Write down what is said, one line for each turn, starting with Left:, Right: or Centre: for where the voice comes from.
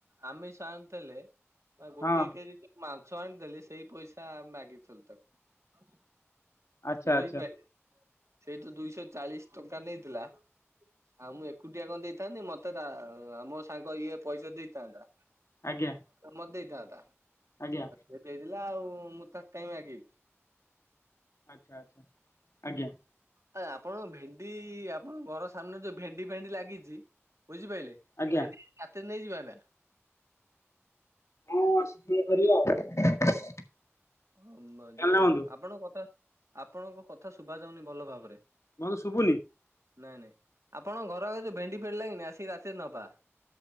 Right: ଆମେ ସାନ ଥିଲେ ଅ ଗୋଟିଏ
Left: ହଁ
Right: କେରି ମାଛ ଆଣିଦେଲେ ସେଇ ପଇସା ମାଗିଥିଲୁ ତାକୁ।
Left: ଆଚା
Right: ବୁଝିପାରିଲେ।
Left: ଆଚା।
Right: ସେଇ ତ ଦୁଇଶହ ଚାଳିଶ ଟଙ୍କା ନେଇଥିଲା ଆଉ ମୁଁ ଏକୁଟିଆ କଁ ଦେଇଥାନ୍ତି ମତେ ତା ଆମ ସାଙ୍ଗ ଇଏ ପଇସା ଦେଇଥାନ୍ତା।
Left: ଆଜ୍ଞା।
Right: ମ ଦେଇଥାନ୍ତା
Left: ଆଜ୍ଞା
Right: ସେ ଦେଇଥିଲା ଆଉ ମୁଁ ତାକ କାଇ ମାଗିଲି।
Left: ଆଛା ଆଛା ଆଜ୍ଞା।
Right: ଆଏ ଆପଣ ଭେଣ୍ଡି ଆପଣଙ୍କ ଘର ସାମ୍ନାରେ ଯୋଉ ଭେଣ୍ଡି ଫେଣ୍ଡି ଲାଗିଚି ବୁଝିପାଇଲେ?
Left: ଆଜ୍ଞା
Right: ଏ ଭେଣ୍ଡି ସାଥି ନେଇଯିବା ନା?
Left: ହଁ ଆସିଲେ କରିବା ଆଉ।
Right: ହମ
Left: ଜାଣିଲ
Right: ଯୋଉ
Left: ବନ୍ଧୁ
Right: ଆପଣଙ୍କ କଥା ଆପଣଙ୍କ କଥା ଶୁଭା ଯାଉନି ଭଲ ଭାବରେ।
Left: ଭଲ ଶୁଭୁନି।
Right: ନାଇଁ ନାଇଁ ଆପଣଙ୍କ ଘର ଆଗରେ ଯୋଉ ଭେଣ୍ଡି ଫେଣ୍ଡି ଲଗିନେଇ ଆସିକି ରାତିରେ ନବା।